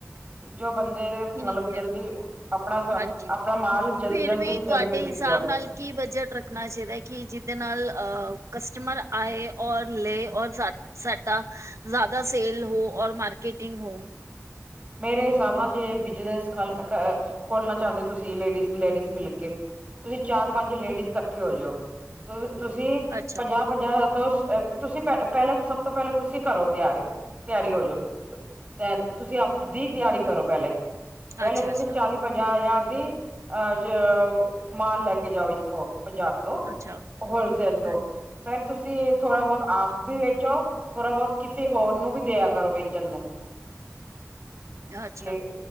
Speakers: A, on the right; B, on the right.
A: ਜੋ ਬੰਦੇ ਦੇ ਮਤਲਬ
B: ਠੀਕ ਹੈ
A: ਜਲਦੀ ਅਪਣਾ ਸ
B: ਹਾਂਜੀ।
A: ਅਪਣਾ ਮਾਲ ਜਲ
B: ਫਿਰ
A: ਜਲਦੀ
B: ਵੀ
A: ਜਲਦੀ
B: ਤੁਹਾਡੇ
A: ਵਿਕ
B: ਹਿਸਾਬ
A: ਜਾਵੇ।
B: ਨਾਲ ਕੀ ਬਜਟ ਰੱਖਣਾ ਚਾਹੀਦਾ ਐ ਕਿ ਜਿਦੇ ਨਾਲ ਅਹ ਕਸਟਮਰ ਆਏ ਔਰ ਲੇ ਔਰ ਸਾਡਾ ਸੇਲ ਹੋ ਓਰ ਮਾਰਕੀਟ ਟੀਂਗ ਹੋ।
A: ਮੇਰੇ ਹਿਸਾਬ ਨਾਲ ਜੇ ਬਿਜਨਸ ਖਲ ਅ ਖੋਲਣਾ ਚਾਂਦੇ ਓ ਤੁਸੀਂ ਲੇਡੀਜ਼ ਲੇਡੀਜ਼ ਮਿਲ ਕੇ ਤੁਸੀਂ ਚਾਰ -ਪੰਜ ਲੇਡੀਜ਼ ਕੱਠੇ ਹੋਜਓ, ਤੁਸੀਂ
B: ਅੱਛਾ
A: ਪੰਜਾਹ ਪੰਜਾਹ ਤੋਂ ਤੁਸੀਂ ਪਹਿ ਪਹਿਲੇ ਸਭ ਤੋਂ ਪਹਿਲਾਂ ਤੁਸੀਂ ਘਰੋ ਤਿਆਰ ਤਿਆਰੀ ਹੋ ਜਾਓ ਤੇ ਤੁਸੀਂ ਆਪਦੀ ਤਯਾਰੀ ਕਰੋ ਪੈਲੇ, ਪੈਲੇ
B: ਅੱਛਾ
A: ਤੁਸੀਂ
B: ਅੱਛਾ
A: ਚਾਲੀ ਪੰਜਾਹ ਹਜ਼ਾਰ ਦੀ ਅਹ ਮਾਲ ਲੈ ਕੇ ਜਾਓ ਇੱਥੋਂ ਪੰਜਾਬ ਤੋਂ
B: ਅੱਛਾ
A: ਹੋਲਸੇਲ ਤੋਂ
B: ਹਾਂਜੀ
A: ਫੇਰ ਤੁਸੀਂ ਤੁਸੀਂ ਥੋੜਾ-ਬਹੁਤ ਆਪ ਵੀ ਵੇਚੋ, ਥੋੜਾ-ਬਹੁਤ ਕਿਸੇ ਹੋਰ ਨੂੰ ਵੀ ਦਿਆ ਕਰੋ ਵੇਚਣ ਨੂੰ।
B: <inaudible> ਅੱਛਾ
A: ਲੇ,